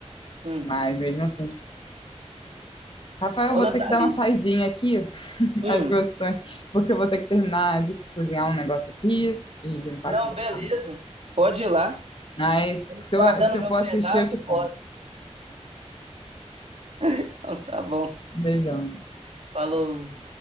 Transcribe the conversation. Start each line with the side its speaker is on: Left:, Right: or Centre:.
Right: Uhum.
Left: Mas mesmo assim, tipo, Rafael,
Right: Ô,
Left: eu vou
Right: Nathalie.
Left: ter que dar uma saidinha aqui. <laughs>
Right: Hum.
Left: Acho que você também, porque eu vou ter que terminar de cozinhar um negócio aqui e limpar
Right: Não,
Left: aqui meu
Right: beleza.
Left: quarto.
Right: Pode ir lá.
Left: Mas se
Right: Guardando
Left: eu, se
Right: meu
Left: eu for
Right: pedaço,
Left: assistir, eu te conto.
Right: pode. <laughs> Então, tá bom.
Left: Beijão.
Right: Falou.